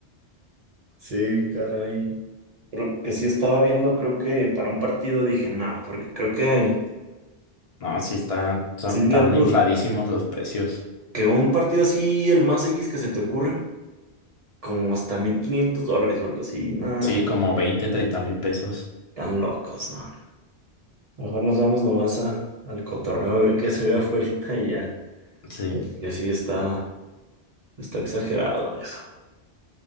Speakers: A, on the right (about 40°); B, on the left (about 55°).
A: Sí, caray. Pero que sí estaba viendo, creo que para un partido dije, nada, porque creo que
B: No, sí, están, son,
A: sí vi
B: están
A: algo,
B: infladísimos los precios.
A: que un partido así, el más X que se te ocurra. como hasta 1500 dólares o algo así. Nada,
B: Sí, como 20 30 mil pesos.
A: tan locos, no. Mejor nos vamos nomás a, al cotorreo a ver qué se ve afuera y ya.
B: Sí,
A: Porque sí está, está exagerado eso.